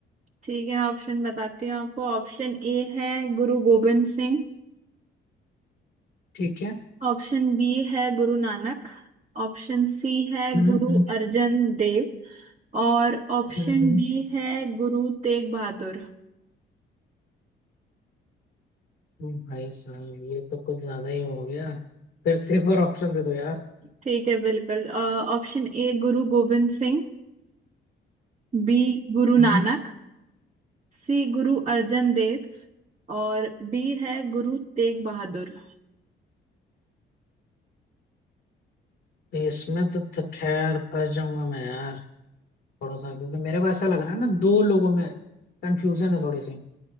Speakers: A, on the right; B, on the left.
A: ठीक है ऑप्शन बताती हूँ आपको ऑप्शन ए है गुरु गोबिंद सिंह
B: ठीक है
A: ऑप्शन बी है गुरु नानक ऑप्शन सी है
B: हम्म
A: गुरु
B: हम्म
A: अर्जन देव और ऑप्शन
B: हम्म हम्म
A: डी है गुरु तेग बहादुर
B: भाई साहब ये तो कुछ ज्यादा ही हो गया फिर से एक बार ऑप्शन दे दो यार
A: ठीक है बिल्कुल अ, Option A Guru Gobind Singh B Guru
B: हम्म
A: Nanak C Guru Arjan Dev और डी है गुरु तेग बहादुर
B: इसमें तो, तो खैर फंस जाऊंगा मैं यार थोड़ा सा क्योंकि मेरे को ऐसा लग रहा है ना दो लोगों में कंफ्यूजन है थोड़ी सी